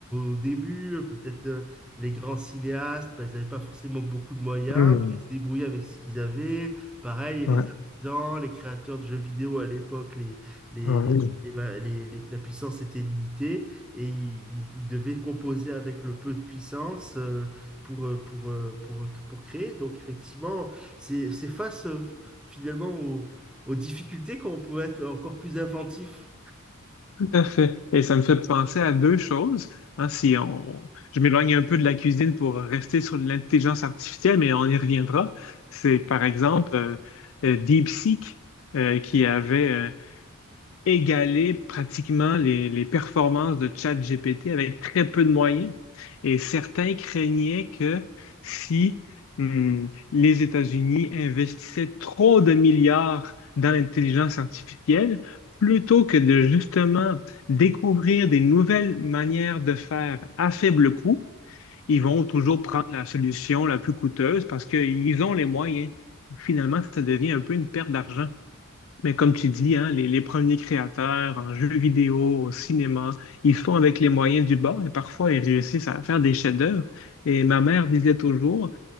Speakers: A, in the centre; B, on the left.
A: au début, euh, peut-être. euh, les grands cinéastes, bah, ils n'avaient pas forcément beaucoup de moyens,
B: Hmm.
A: bah, ils se débrouillaient avec ce qu'ils avaient. Pareil, les
B: Ouais.
A: artisans, les créateurs de jeux vidéo à l'époque, les, les,
B: Ouais.
A: les- les ma- les- les- la puissance était limitée et ils, ils- ils devaient composer avec le peu de puissance euh, pour, euh, pour, euh, pour, pour créer. Donc effectivement, c'est c'est face euh, finalement aux, aux difficultés qu'on pouvait être encore plus inventif.
B: Tout à fait. Et ça me fait penser à deux choses. hein, si on, je m'éloigne un peu de la cuisine pour rester sur l'intelligence artificielle, mais on y reviendra. C'est par exemple euh, euh, DeepSeek euh, qui avait euh, égaler pratiquement les, les performances de ChatGPT avec très peu de moyens. Et certains craignaient que si hum, les États-Unis investissaient trop de milliards dans l'intelligence artificielle, plutôt que de justement découvrir des nouvelles manières de faire à faible coût, ils vont toujours prendre la solution la plus coûteuse parce qu'ils ont les moyens. Finalement, ça devient un peu une perte d'argent. Mais comme tu dis, hein, les, les premiers créateurs en jeux vidéo, au cinéma, ils font avec les moyens du bord et parfois ils réussissent à faire des chefs-d'œuvre. Et ma mère disait toujours,